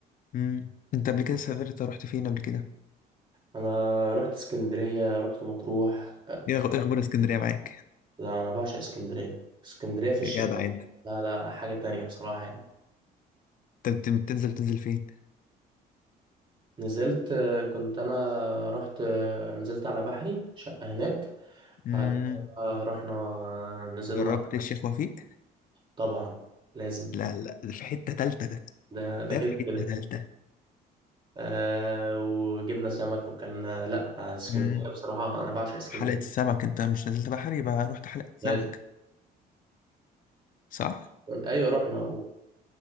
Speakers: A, on the left; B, on the right.
A: امم انت قبل كده سافرت رحت فين قبل كده
B: انا رحت اسكندرية رحت مطروح
A: ايه أخ- إيه اخبار اسكندريه معاك
B: لا انا بعشق اسكندريه اسكندريه في الشتاء
A: يا جدع انت
B: لا لا حاجه تانية بصراحه يعني
A: انت بت- بتنزل تنزل فين
B: نزلت آه، كنت انا رحت آه، نزلت على بحري شقه هناك
A: امم
B: بعد كده آه، رحنا آه، نزلنا
A: جربت الشيخ وفيق
B: طبعا لازم
A: لا لا ده في حته تالته ده
B: ده ده
A: ده
B: كده
A: في حته
B: كده
A: تالته
B: آه وجبنا سمك وكلنا لا آه، اسكندريه
A: امم
B: بصراحه انا بعشق اسكندريه
A: حلقه السمك انت مش نزلت بحر يبقى رحت حلقه السمك
B: لازم
A: صح
B: ايوه رحنا